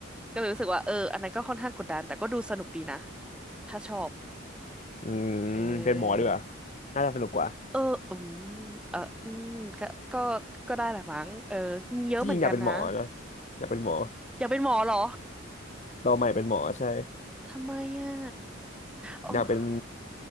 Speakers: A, in the centre; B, on the left (about 35°).
A: ก็เลยรู้สึกว่าเอออันนั้นก็ค่อนข้างกดดันแต่ก็ดูสนุกดีนะถ้าชอบ
B: อืม
A: เออ
B: เป็นหมอดีกว่าน่าจะสนุกกว่า
A: เอออืมเอออืมก็ก็ก็ได้แหละมั้งเออมีเยอะเหมือนกันนะ
B: ที่จริงอยากเป็นหมอนะอยากเป็นหมอ
A: อยากเป็นหมอเหรอ
B: เราใหม่เป็นหมอใช่
A: ทำไมอ่ะโอ้
B: อยากเป็น